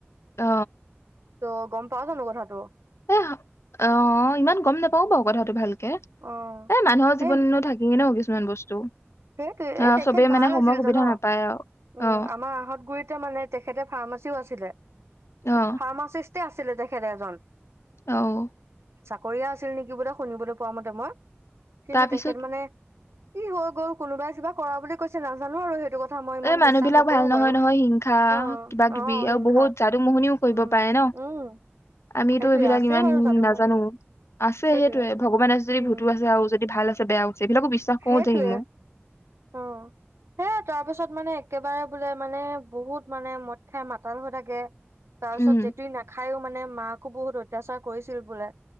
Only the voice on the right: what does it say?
ত' গম পাও জানো কথাটো।
অ
সেই
সেইটো
এই তেখেত
ভাল
আছিল
জান
উম
আমাৰ আহত গুৰিতে মানে তেখেতে ফাৰ্ম- চেও আছিলে,
ফাৰ্মাচিষ্টে আছিলে তেখেততে এজন।
চাকৰিয়া আছিল নেকি বোলে শুনিবলৈ পোৱা মতে মই, কিন্তু
তেখেত মানে কি হৈ গ'ল কোনোবাই কিবা কৰা বুলি কৈছে। নাজানো আৰু সেইটো কথ- থা মই ইমান
বিশ্বাস
নকৰো
বাৰু,
অ
অ
হিংসা,
উম।
উম।
সেইটোয়ে
আছে
বাৰু যাদুমণি
সেইটোয়ে
উম,
সেইটোয়ে
অ'। সে তাৰ পিছত মানে একেবাৰে বোলে মানে বহুত মানে মদ খাই মাতাল হৈ থাকে। তাৰ পিছত
জেতি নাখায়ো মানে মাকো বহুত অত্যাচাৰ কৰিছিল বোলে।